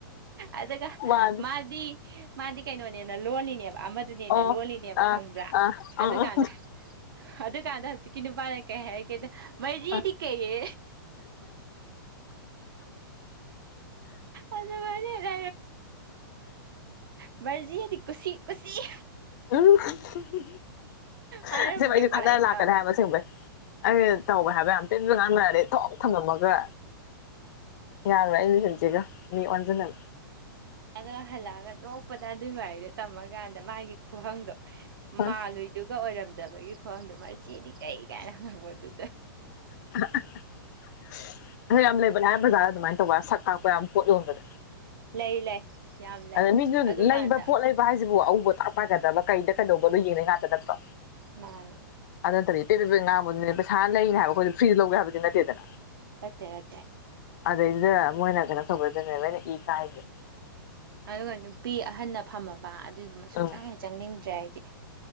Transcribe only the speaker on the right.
ꯑꯗꯨꯒ
ꯃꯥꯗꯤ ꯃꯥꯗꯤ ꯀꯩꯅꯣꯅꯦꯅ ꯂꯣꯜꯂꯤꯅꯦ ꯑꯃꯗꯨꯅꯦꯅ
ꯂꯣꯜꯂꯤꯅꯦꯕ
ꯈꯪꯕ꯭ꯔꯥ
ꯑꯗꯨꯀꯥꯟꯗ ꯑꯗꯨꯀꯥꯟꯗ ꯍꯧꯖꯤꯛꯀꯤ ꯅꯨꯄꯥ ꯀꯩ ꯍꯥꯏꯔꯛꯀꯦꯗ ꯃꯩꯔꯤꯗꯤꯀꯩꯌꯦ
ꯑꯗꯨꯃꯥꯏꯅ ꯍꯦꯛꯇ ꯃꯔꯖꯤ ꯍꯥꯏꯗꯤ ꯀꯨꯁꯤ ꯀꯨꯁꯤ
ꯍꯥꯏꯔꯝꯃꯒ
ꯂꯥꯛꯏꯅꯦꯕ
ꯑꯗꯨꯒ ꯍꯜꯂꯛꯑꯒ ꯅꯣꯛꯄꯗ ꯑꯗꯨꯏ ꯋꯥꯔꯤꯗꯣ ꯇꯝꯃꯀꯥꯟꯗ ꯃꯥꯒꯤ ꯈꯍꯪꯗꯣ
ꯃꯥꯜꯂꯨꯏꯗꯨꯒ ꯑꯣꯏꯔꯝꯗꯕꯒꯤ ꯈꯨꯡꯒꯪꯗꯣ ꯃꯔꯖꯤꯗꯤ ꯀꯩ ꯀꯥꯏꯅ ꯍꯪꯉꯛꯕꯗꯨ
ꯂꯩ ꯂꯩ ꯌꯥꯝ ꯂꯩ
ꯑꯗꯨꯀꯥꯟꯗ
ꯃꯥꯅꯦ
ꯔꯠꯇꯦ ꯔꯠꯇꯦ
ꯑꯗꯨꯒ ꯅꯨꯄꯤ ꯑꯍꯟꯅ ꯐꯝꯃꯃꯤ ꯕꯥ ꯑꯗꯨꯗꯨꯃ ꯁꯨꯛꯆꯪꯍꯦ
ꯆꯪꯅꯤꯡꯗ꯭ꯔꯦ ꯑꯩꯗꯤ